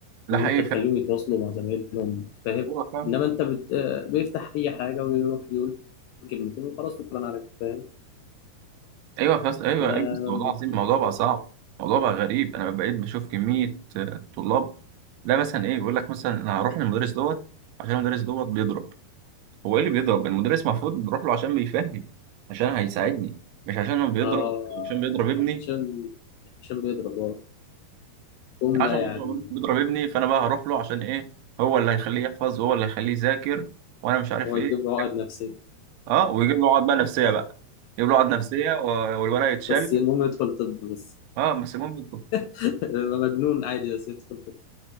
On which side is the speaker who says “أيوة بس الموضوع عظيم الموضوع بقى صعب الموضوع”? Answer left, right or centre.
Right